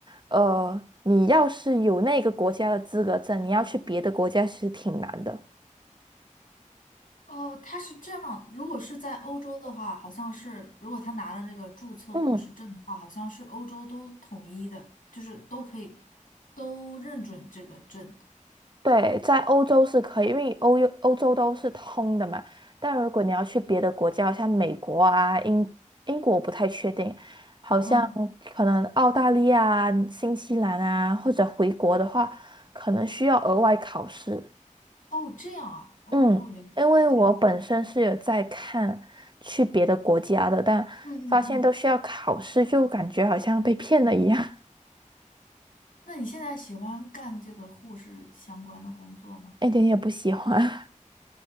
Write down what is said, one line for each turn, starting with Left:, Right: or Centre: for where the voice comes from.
Right: 呃，你要是有那个国家的资格证，你要去别的国家其实挺难的。
Left: 哦，他是这样，如果是在欧洲的话，好像是如果他拿了这个注册护士证的话，
Right: 嗯。
Left: 好像是欧洲都统一的，就是都可以都认准这个证。
Right: 对，在欧洲是可以，因为欧欧洲都是通的嘛。但如果你要去别的国家，像美国啊、英英国，不太确定，好像
Left: 嗯，
Right: 可能澳大利亚啊、新西兰啊，或者回国的话，可能需要额外考试。
Left: 哦，这样啊，哦，
Right: 嗯，
Left: 了解了解。
Right: 因为我本身是有在看去别的国家的，但发现都需要考试，
Left: 嗯嗯嗯，
Right: 就感觉好像被骗了一样，
Left: 那你现在喜欢干这个护士相关的工作吗？
Right: <laughs> 一点也不喜欢。